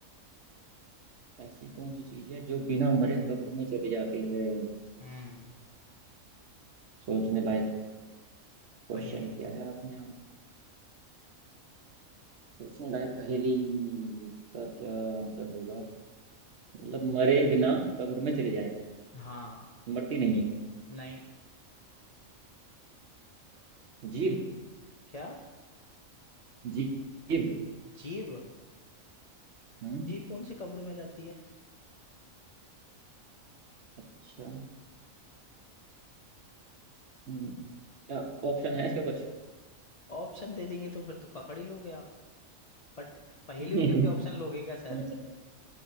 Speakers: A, on the right; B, on the left.
A: ऐसी कौन सी चीज है जो बिना मरे कब्र में चली जाती है हम्म,
B: हम्म
A: सोचने लायक क्वेश्चन
B: पहेली
A: किया है आपने आप सोचने लायक पहेली इसका क्या आंसर होगा मतलब मरे बिना कब्र में चले जाए
B: हाँ
A: मरती नहीं है
B: नहीं
A: जीव
B: क्या
A: जीव जीव
B: जीव
A: हम्म
B: जीव कौन सी कब्र में जाती है
A: अच्छा हम्म, क्या ऑप्शन है इसका कुछ
B: ऑप्शन दे देंगे तो फिर तो पकड़ ही लोगे आप बट पहेलियों
A: <laughs>
B: के भी ऑप्शन लोगे क्या सर
A: चलो च-